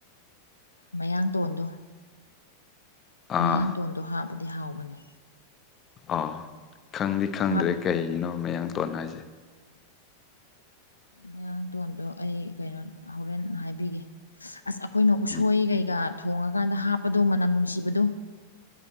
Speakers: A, on the left (about 80°); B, on the left (about 25°).
A: ꯃꯌꯥꯡ ꯇꯣꯟꯗꯣ꯫
B: ꯑꯥ
A: ꯃꯌꯥꯡꯇꯣꯟꯗꯣ ꯍꯥꯞꯄꯗꯤ ꯍꯥꯎꯕꯅꯦ
B: ꯑꯥ ꯈꯪꯗꯤ ꯈꯪꯗ꯭ꯔꯦ
A: ꯍꯥꯞ
B: ꯀꯩꯅꯣ ꯃꯌꯥꯡ ꯇꯣꯟꯅ ꯍꯥꯏꯁꯦ
A: ꯃꯌꯥꯡꯊꯣꯟꯗꯣ ꯑꯩ ꯀꯩꯅꯣ ꯍꯣꯔꯦꯟ ꯍꯥꯏꯕꯤꯒꯦ ꯑꯁ ꯑꯩꯈꯣꯏꯅ ꯎꯁꯣꯏ
B: ꯎꯝ
A: ꯀꯩꯀꯥ ꯊꯣꯡꯉꯀꯥꯟꯗ ꯍꯥꯞꯄꯗꯣ ꯃꯅꯝ ꯅꯨꯡꯁꯤꯕꯗꯣ